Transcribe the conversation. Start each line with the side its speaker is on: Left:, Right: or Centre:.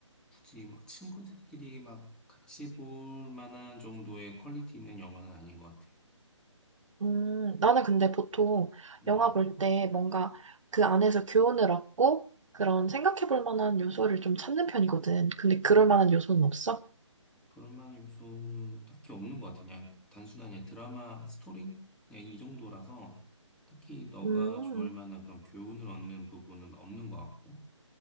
Centre: 굳이 막 친구들끼리 막 같이 볼 만한 정도의 퀄리티 있는 영화는 아닌 것 같아.
Right: 음, 나는 근데 보통
Centre: 응,
Right: 영화
Centre: 응.
Right: 볼 때 뭔가 그 안에서 교훈을 얻고 그런 생각해 볼 만한 요소를 좀 찾는 편이거든. 근데 그럴 만한 요소는 없어?
Centre: 그럴 만한 요소는 딱히 없는 것 같아. 그냥 단순한 그냥 드라마 스토리? 그냥 이 정도라서 딱히 너가
Right: 음,
Centre: 좋아할 만한 그런 교훈을 얻는 부분은 없는 것 같고.